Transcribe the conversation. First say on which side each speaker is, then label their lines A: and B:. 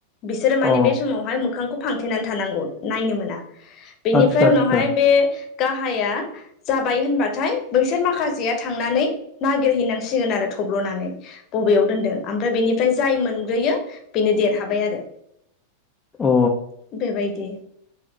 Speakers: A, on the left; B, on the left.
A: बिसोरो
B: अ
A: माने बे समावहाय मोखांखौ फांथेनानै थानांगौ नायनो मोना। बेनिफ्राय
B: आदसा
A: उनावहाय
B: आदसा
A: बे गाहाया जाबाय होनबाथाय बै सोर माखासेया थांनानै नागिरहैनांसिगोन आरो थब्ल'नानै बबेयाव दोनदों ओमफ्राय बेनिफ्राय जाय मोनग्रोयो बेनो देरहाबाय आरो
B: अ
A: बेबायदि